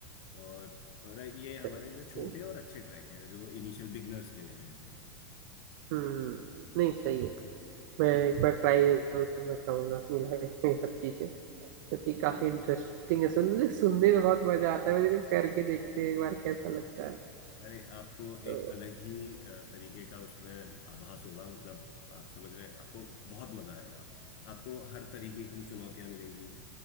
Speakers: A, on the left; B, on the right.
A: और और ये
B: अच्छा
A: हमारे जो
B: ओके
A: छोटे और अच्छे ट्रैक हैं जो इनिशियल बिगनर्स के लिए हैं
B: हम्म नहीं सही है मैं एक बार ट्राई जरूर करना चाहूंगा अपनी लाइफ में ये सब चीजें क्योंकि काफी
A: बिल्कुल
B: इंटरेस्टिंग है सुनने सुनने में बहुत मजा आता है मुझे करके देखते हैं एक बार कैसा लगता है
A: अरे आपको
B: तो
A: एक अलग ही अ, तरीके का उसमें आभास होगा मतलब आप समझ रहे हैं आपको बहुत मजा आएगा आपको हर तरीके की चुनौतियां मिलेंगी